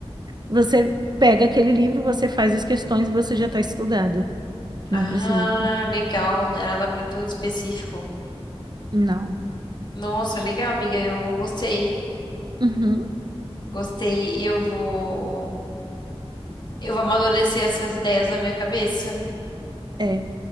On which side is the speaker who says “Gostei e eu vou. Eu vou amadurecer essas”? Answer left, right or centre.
Left